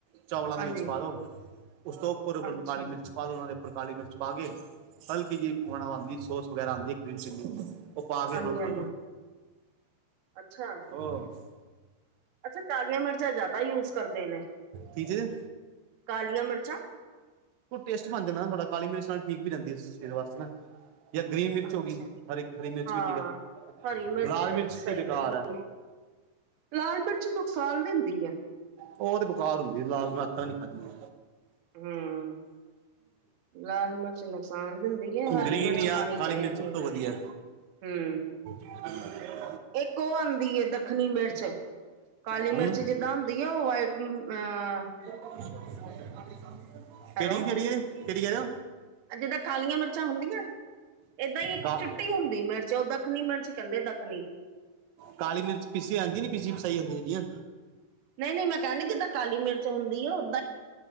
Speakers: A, on the right (about 75°); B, on the right (about 60°).
A: ਚੌਲਾਂ
B: ਹਾਂਜੀ
A: ਦੇ ਵਿੱਚ ਪਾ ਉਸ ਤੋਂ ਉੱਪਰ
B: ਅੱਛਾ
A: ਮ ਕਾਲੀ ਮਿਰਚ ਬਾਅਦ ਉਹਨਾਂ ਦੇ ਉੱਪਰ ਕਾਲੀ ਮਿਰਚ ਪਾ ਕੇ ਹਲਕੀ ਜਿਹੀ ਬਂਣਵਾਦੀ, ਸੋਸ ਵਗੈਰਾ ਆਂਦੀ ਗ੍ਰੀਨਸ ਚਿਲੀ ਉਹ ਪਾ ਕੇ
B: ਹਾਂਜੀ
A: ਉਹਨਾਂ ਨੂੰ
B: ਹਾਂਜੀ
A: ਖਾਲੋ।
B: ਅੱਛਾ।
A: ਬਾਸ।
B: ਅੱਛਾ, ਕਾਲੀਆਂ ਮਿਰਚਾਂ ਜ਼ਿਆਦਾ ਯੂਜ਼ ਕਰਦੇ ਨੇ,
A: ਠੀਕ ਹੈ
B: ਕਾਲੀਆਂ ਮਿਰਚਾਂ
A: ਉਹ ਟੇਸਟ ਬਣ ਜਾਂਦਾ ਨਾ ਥੋੜਾ ਕਾਲੀ ਮਿਰਚ ਨਾਲ ਠੀਕ ਵੀ ਰੈਦੀਂ ਆ, ਸਰੀਰ ਵਾਸਤੇ ਨਾ। ਜੇ ਗ੍ਰੀਨ ਮਿਰਚ
B: ਅੱਛਾ
A: ਹੋ ਗੀ, ਹਰੀ-ਹਰੀ ਮਿਰਚ
B: ਹਾਂ
A: ਵੀ ਠੀਕ ਆ।
B: ਹਰੀ
A: ਲਾਲ ਮਿਰਚ
B: ਸਹੀ
A: ਤੇ ਬੇਕਾਰ
B: ਰਹਿੰਦੀ
A: ਐ।
B: ਲਾਲ ਮਿਰਚ, ਨੁਕਸਾਨ ਵੀ ਹੁੰਦੀ ਆ।
A: ਉਹ ਤੇ ਬੇਕਾਰ ਹੁੰਦੀ ਏ ਲਾਲ ਮੈ ਤਾਂ ਨੀ ਖਾਦੀ।
B: ਹੂੰ। ਲਾਲ ਮਿਰਚ ਨੁਕਸਾਨ ਦਿੰਦੀ ਐ, ਹਰੀ
A: ਗ੍ਰੀਨ
B: ਮਿਰਚ
A: ਜਾਂ
B: ਖਾਂਣੀ
A: ਕਾਲੀ
B: ਚਾਈਦੀ
A: ਮਿਰਚ ਸਭ
B: ਏ।
A: ਤੋਂ ਵਧੀਆ
B: ਹੂੰ।
A: <inaudible>
B: ਇੱਕ ਉਹ ਆਂਦੀ ਏ ਦੱਖਣੀ ਮਿਰਚ ਕਾਲੀ
A: ਹੂੰ
B: ਮਿਰਚ ਜਿੱਦਾਂ ਹੁੰਦੀ ਏ, ਉਹ ਵਾਈਟ ਅਹ
A: ਕਿਹੜੀ-ਕਿਹੜੀ
B: ਹੈਲੋ
A: ਐ, ਕਿਹੜੀ ਕਹਿ ਰ‌ੇ ਓ
B: ਜਿੱਦਾਂ ਕਾਲੀਆਂ ਮਿਰਚਾਂ ਹੁੰਦੀਆਂ। ਏਦਾਂ ਈ ਇੱਕ
A: ਕਾ-
B: ਚੁੱਟੀ ਹੁੰਦੀ ਮਿਰਚ, ਉਹ ਦੱਖਣੀ ਮਿਰਚ ਕਹਿੰਦੇ, ਦੱਖਣੀ। <inaudible>
A: ਕਾਲੀ ਮਿਰਚ ਪੀਸੀ ਆਂਦੀ ਨੀ, ਪੀਸੀ-ਪਸਾਈ ਆਂਦੀ ਜਿਹੜੀ ਆ।
B: ਨ‌ਈ-ਨ‌ਈ, ਮੈਂ ਕਹਿਣ ਦੀ ਜਿਦਾਂ ਕਾਲੀ ਮਿਰਚ ਹੁੰਦੀ ਓ